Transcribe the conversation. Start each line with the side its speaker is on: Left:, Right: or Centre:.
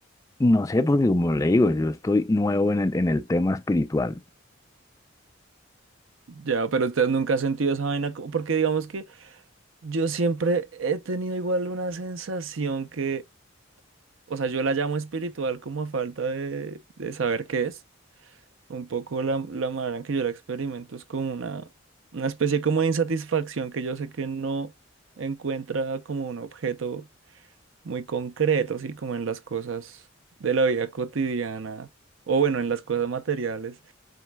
Left: No sé, porque como le digo, yo estoy nuevo en el, en el tema espiritual.
Right: Ya, pero usted nunca ha sentido esa vaina, co- porque digamos que yo siempre he tenido igual una sensación que, o sea, yo la llamo espiritual como a falta de, de saber qué es. Un poco la, la manera en que yo la experimento es como una, una especie como de insatisfacción que yo sé que no encuentra como un objeto muy concreto, así como en las cosas de la vida cotidiana, o bueno, en las cosas materiales